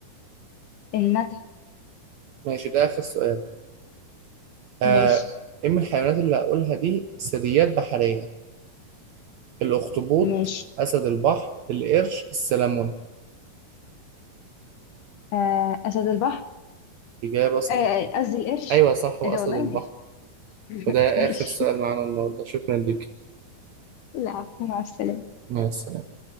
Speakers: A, on the left; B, on the right.
A: النتح
B: ماشي ده آخر سؤال آه
A: ماشي
B: ايه من الحيوانات اللي هقولها دي ثدييات بحرية؟ الأخطبوط
A: ماشي
B: أسد البحر القرش السلمون
A: آه أسد البحر
B: إجابة صحيحة
A: آه، آه، قصدي القرش
B: أيوة صح وأسد
A: ايه ده والله
B: البحر
A: ماشي <laughs>
B: وده
A: ماشي
B: آخر سؤال معانا النهاردة شكرا ليك
A: العفو مع السلامة
B: مع السلامة